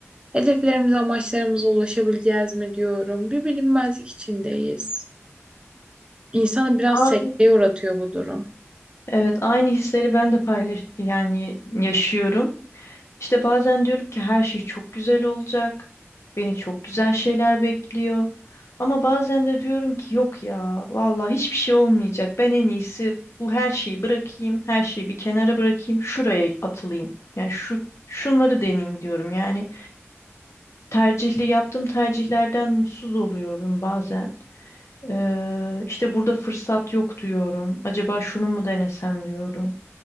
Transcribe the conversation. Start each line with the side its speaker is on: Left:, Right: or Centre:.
Right: Hedeflerimize, amaçlarımıza ulaşabileceğiz mi diyorum. Bir bilinmezlik içindeyiz. İnsanı biraz
Left: Ay.
Right: sekteye uğratıyor bu durum.
Left: Evet aynı hisleri ben de paylaş yani yaşıyorum. İşte bazen diyorum ki her şey çok güzel olacak. Beni çok güzel şeyler bekliyor. Ama bazen de diyorum ki yok ya vallahi hiçbir şey olmayacak. Ben en iyisi bu her şeyi bırakayım. Her şeyi bir kenara bırakayım. Şuraya atılayım. Yani şu şunları deneyeyim diyorum. Yani tercihli yaptığım tercihlerden mutsuz oluyorum bazen. Ee, işte burada fırsat yok diyorum. Acaba şunu mu denesem diyorum.